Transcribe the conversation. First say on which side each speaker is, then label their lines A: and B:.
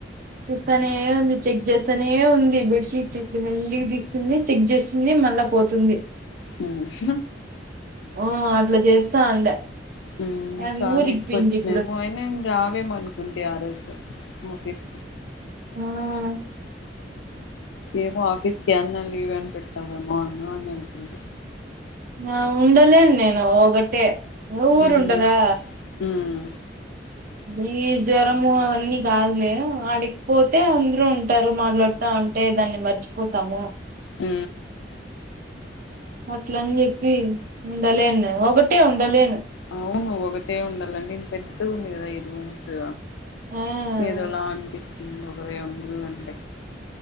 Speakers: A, on the right; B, on the left.
A: చూస్తానే ఉంది. చెక్ చేస్తానే ఉంది. బెడ్షీట్ ఇట్లా మెల్లిగా తీస్తుంది. చెక్ చేస్తుంది. మళ్ళా పోతుంది.
B: హ్మ్
A: ఓ అట్లా చేస్తా ఉండే
B: హ్మ్
A: ఆమె
B: చానా
A: ఊరికిపోయింది
B: ఎక్కువ్ వచ్చినాయ్
A: ఇప్పుడు
B: నువ్ అయిన రావేమో అనుకుంటి ఆ రోజు ఆఫీస్
A: ఆ ఆ
B: ఏమో ఆఫిస్కి <unintelligible> లీవ్ అని పెడతాము. బాగుండు అన్నది
A: నా ఉండలేన్ నేను ఒకటే ఊరుండదా
B: హ్మ్ హ్మ్
A: ఈ జ్వరము అవన్నీ కాదులే ఆడిగిపోతే అందరుూ ఉంటారు మాట్లాడుతా ఉంటే దాన్ని మర్చిపోతాము
B: అ
A: అట్ల అని చెప్పి ఉండలేన్ ఒకటే ఉండలేను
B: అవును ఒకట ఉండాలండి ఇం పెద్ద ఉంది కదా ఈ రూమ్స్
A: ఆ
B: ఏదొలా అనిపిించస్తు రే ఉండలంటే